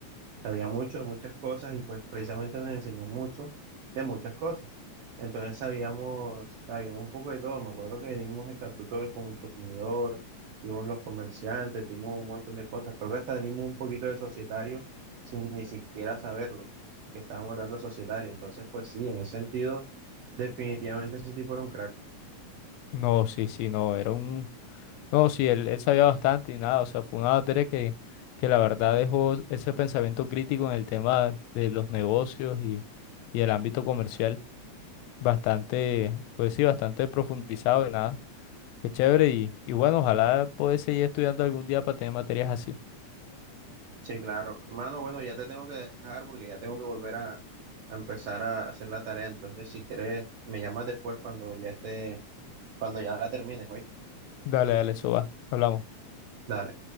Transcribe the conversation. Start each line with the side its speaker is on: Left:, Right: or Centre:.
Right: sabía mucho de muchas cosas y pues precisamente nos enseñó mucho de muchas cosas. Entonces sabíamos, sabíamos un poco de todo. Me acuerdo que dimos estatuto del consumidor, dimos los comerciantes, dimos un montón de cosas. Creo que hasta dimos un poquito de societario sin ni siquiera saberlo, que estábamos dando societario. Entonces, pues sí, en ese sentido, definitivamente ese tipo era un crack.
Left: No, sí, sí, no, era un... No, sí, él, él sabía bastante y nada, o sea, fue una materia que, que la verdad dejó ese pensamiento crítico en el tema de los negocios y, y el ámbito comercial. bastante, pues sí, bastante profundizado y nada. Qué chévere y, y bueno, ojalá pueda seguir estudiando algún día para tener materias así.
Right: Sí, claro. Hermano, bueno, ya te tengo que dejar porque ya tengo que volver a, a empezar a hacer la tarea. Entonces, si quieres, me llamas después cuando ya estés Cuando ya la termines, ¿oíste?
Left: Dale, dale, eso va. Hablamos.
Right: Dale.